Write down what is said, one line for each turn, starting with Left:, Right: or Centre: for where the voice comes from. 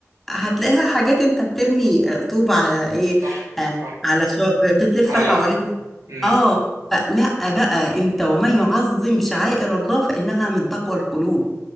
Centre: هتلاقيها حاجات انت بترمي آه، طوب على ايه
Right: صح
Centre: آه،
Right: صح
Centre: على شو بتلف
Right: على
Centre: حوالين
Right: مم.
Centre: اه فلا بقى انت ومن يعظم شعائر الله فإنها من تقوى القلوب